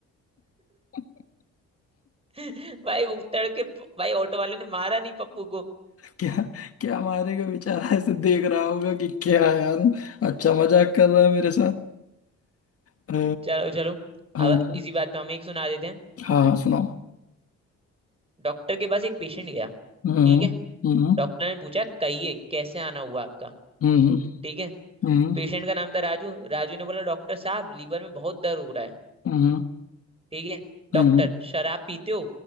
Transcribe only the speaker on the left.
<laughs>
क्या क्या हमारे को बेचारा ऐसे देख रहा होगा कि क्या यार अच्छा मजाक कर रहा है मेरे साथ अ,
हम्म,
हाँ हाँ सुनाओ
हम्म
हम्म
हम्म
हम्म
हम्म
हम्म